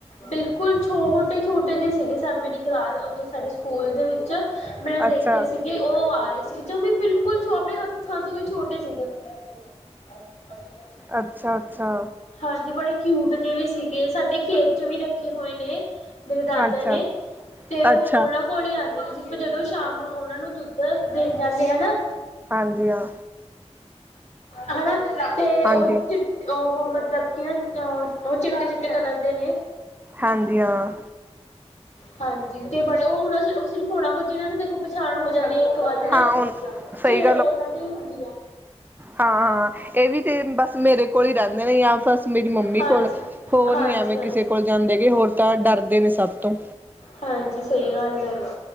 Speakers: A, on the left (about 90°); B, on the right (about 15°).
A: ਬੇਲਕੁਲ ਛੋਟੇ-ਛੋਟੇ ਜੇ ਸੀਗੇ ਸ ਮੇਰੀ ਕਲਾ ਅ ਓਦੋ ਸਾਡੇ ਸਕੂਲ ਦੇ ਵੀਚ ਮੈਂ
B: ਅੱਛਾ
A: ਦੇਖੇ ਸੀਗੇ ਓ ਆਏ ਸੀਗੇ ਜੋ ਮ ਬੇਲਕੁਲ ਆਪਣੇ ਹੱਥਾਂ ਤੋਂ ਵੀ ਛੋਟੇ ਸੀਗੇ। <unintelligible>
B: ਅੱਛਾ-ਅੱਛਾ।
A: ਹਾਂਜੀ ਬੜੇ ਕੀਊਟ ਜੇ ਵੀ ਸੀਗੇ ਸਾਡੇ ਖੇਤ ਚ ਵੀ ਰੱਖੇ ਹੋਏ ਨੇ ਮੇਰੇ ਦਾਦੇ
B: ਅੱਛਾ
A: ਨੇ, ਤੇ ਓ
B: ਅੱਛਾ
A: ਓਨਾ ਕੋਲੇ ਆਦੇ ਨੇ ਜਦੋਂ ਸ਼ਾਮ ਨੂੰ ਓਨਾ ਨੂੰ ਦੁੱਧ ਦੇਣ ਜਾਂਦੇ ਆ ਨਾ
B: ਹਾਂਜੀ ਹਾਂ
A: ਹਨਾ ਤੇ
B: ਹਾਂਜੀ
A: ਓ ਚੀ ਓਹੋ ਮਤਲਵ ਕੀ ਨਾ ਓ ਚੀਟੇ-ਚੀਟੇ ਕਲਰ ਦੇ ਨੇ।
B: ਹਾਂਜੀ ਹਾਂ।
A: ਹਾਂਜੀ ਤੇ ਬੜੇ ਓ ਓਨਾਂ ਓ ਸਿਰਫ ਹੋਣਾ ਕੁਜੇ ਨਾਂ ਨੂੰ ਦੇਖੋ ਪਛਾਣ ਹੋ ਜਾਂਦੀ ਐ ਇਏਕ ਵਾਰ ਹਨਾ
B: ਹਾਂ ਹੁਣ ਸਹੀ
A: ਫੇਰ ਓਨਾਂ ਦੀ ਹੁੰਦੀਆਂ
B: ਹਾਂ, ਏ ਵੀ ਤੇ ਬਸ ਮੇਰੇ ਕੋਲ ਹੀ ਰੈਂਦੇ ਨੇ ਜਾਂ ਫ ਮੇਰੀ ਮੰਮੀ
A: ਹਾਂਜੀ
B: ਕੋਲ ਹੋਰ
A: ਹਾਂਜੀ
B: ਨੀ ਐਵੇਂ ਕਿਸੇ
A: ਹਾਂਜੀ
B: ਕੋਲ ਜਾਂਦੇ ਗੇ ਹੋਰ ਤਾਂ ਡਰਦੇ ਨੇ ਸਭ ਤੋਂ।
A: ਹਾਂਜੀ ਸਈ ਗੱਲ ਐ